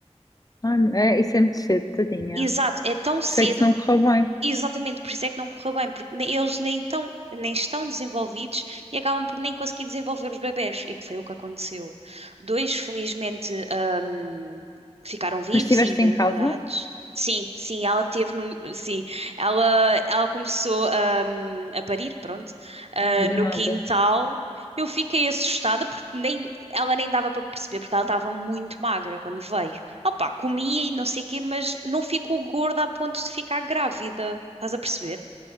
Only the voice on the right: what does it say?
Exato, é tão cedo
Exatamente, por isso é que não correu bem, porque nem- eles nem tão, nem estão desenvolvidos e acabam por nem conseguir desenvolver os bebés, e que foi o que aconteceu. Dois, felizmente, hum, ficaram vivos
e bem
cuidados. Sim, sim, ela teve, no- sim, ela, ela começou, hum, a parir, pronto, ah,
no
quintal. Eu fiquei assustada porque nem, ela nem dava para perceber, porque ela estava muito magra quando veio. Opa, comia e não sei o quê, mas não ficou gorda a ponto de ficar grávida. Estás a perceber?